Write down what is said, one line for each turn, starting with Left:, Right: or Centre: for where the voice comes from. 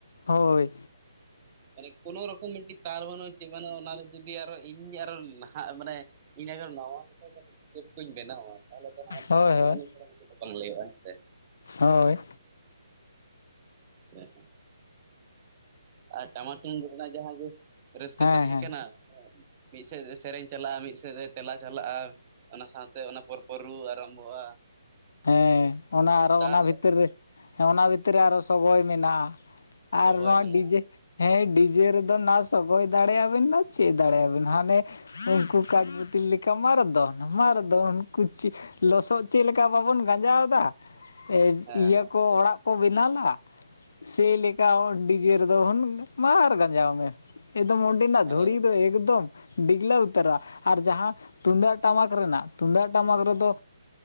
Left: ᱦᱳᱭ
Right: ᱢᱟᱱᱮ ᱠᱳᱱᱳ ᱨᱚᱠᱚᱢ ᱢᱤᱫᱴᱤᱡ ᱛᱟᱞ ᱵᱟᱹᱱᱩᱜᱼᱟ, ᱪᱮᱫ ᱵᱟᱹᱱᱩᱜᱼᱟ ᱚᱱᱟᱨᱮ ᱡᱩᱫᱤ ᱟᱨᱚ ᱤᱧ ᱟᱨᱚ ᱱᱟᱦᱟᱜ ᱢᱟᱱᱮ ᱤᱧ ᱟᱜᱟᱨ ᱱᱟᱣᱟ ᱞᱮᱠᱟ ᱠᱟᱹᱴᱤᱡ ᱠᱚᱧ ᱵᱮᱱᱟᱣᱟ ᱛᱟᱦᱚᱞᱮ
Left: ᱦᱳᱭ
Right: ᱯᱟᱜᱽᱞᱟ
Left: ᱦᱳᱭ
Right: ᱢᱤᱫᱷᱟᱲᱟ ᱫᱚ ᱪᱮᱫ ᱫᱚ ᱵᱟᱝ ᱞᱟᱹᱭᱼᱟ ᱦᱮᱸ ᱥᱮ
Left: ᱦᱳᱭ
Right: <inaudible> ᱟᱨ ᱴᱟᱢᱟᱠ ᱴᱩᱢᱫᱟ ᱨᱮᱱᱟᱜ ᱡᱟᱦᱟᱸ ᱡᱮ ᱨᱟᱹᱥᱠᱟᱹ
Left: ᱦᱮᱸ
Right: ᱛᱟᱦᱮᱸ
Left: ᱦᱮᱸ
Right: ᱟᱠᱟᱱᱟ ᱢᱤᱫ ᱥᱮᱫ ᱥᱮᱨᱮᱧ ᱪᱟᱞᱟᱜᱼᱟ, ᱢᱤᱫ ᱥᱮᱫ ᱮ ᱛᱮᱞᱟ ᱪᱟᱞᱟᱜᱼᱟ᱾ ᱚᱱᱟ ᱥᱟᱶᱛᱮ ᱚᱱᱟ ᱯᱚᱨ ᱯᱚᱨ ᱨᱩ ᱟᱨᱟᱢᱵᱷᱚᱜᱼᱟ᱾
Left: ᱦᱮᱸ ᱚᱱᱟ ᱟᱨᱚ
Right: ᱛᱟᱞ
Left: ᱚᱱᱟ ᱵᱷᱤᱛᱨᱤ ᱨᱮᱸᱻ ᱚᱱᱟ ᱵᱷᱤᱛᱨᱤ ᱨᱮ, ᱟᱨᱚ ᱥᱚᱜᱚᱭ ᱢᱮᱱᱟᱜᱼᱟ
Right: ᱛᱚᱵᱮ
Left: ᱟᱨ ᱱᱚᱣᱟ
Right: ᱢᱮᱱᱟᱜᱼᱟ
Left: ᱰᱤᱡᱮ ᱦᱮᱸ ᱰᱤᱡᱮ ᱨᱮᱫᱚ ᱱᱟᱥᱮ ᱥᱚᱜᱚᱭ ᱫᱟᱲᱮᱭᱟᱵᱤᱱ ᱥᱮ ᱪᱮᱫ ᱫᱟᱲᱮᱭᱟᱵᱤᱱ, ᱦᱟᱱᱮ ᱩᱱᱠᱩ ᱠᱟᱹᱡ ᱵᱟᱹᱤᱛᱤᱞ ᱞᱮᱠᱟ ᱢᱟ ᱨᱮᱫᱱ ᱢᱟ ᱨᱮᱫᱱ ᱩᱱᱠᱩ ᱪᱮᱫ ᱞᱚᱥᱚᱫ ᱪᱮᱫ ᱞᱮᱠᱟ ᱪᱮᱠᱟ ᱵᱟᱵᱚᱱ ᱜᱟᱸᱡᱟᱣᱫᱟ
Right: ᱦᱮᱸ
Left: ᱤᱭᱟᱹ ᱠᱚ, ᱚᱲᱟᱜ ᱠᱚ, ᱵᱮᱱᱟᱞᱟ ᱥᱮᱭᱞᱮᱠᱟ ᱰᱤᱡᱮ ᱨᱮᱫᱚ ᱦᱩ ᱢᱟᱨ ᱜᱟᱸᱡᱟᱣ ᱢᱮ, ᱮᱠᱫᱚᱢ ᱰᱤ ᱨᱮᱱᱟᱜ
Right: ᱦᱮᱸ
Left: ᱫᱷᱩᱲᱤ ᱫᱚ ᱮᱠᱫᱚᱢ ᱰᱤᱜᱽᱞᱟᱹᱣ ᱩᱛᱟᱹᱨᱚᱜᱼᱟ ᱟᱨ ᱡᱟᱦᱟᱸ ᱛᱩᱢᱫᱟᱜ ᱴᱟᱢᱟᱠ ᱨᱮᱱᱟᱜ, ᱛᱩᱢᱫᱟᱜ ᱴᱟᱢᱟᱠ ᱨᱮᱫᱚ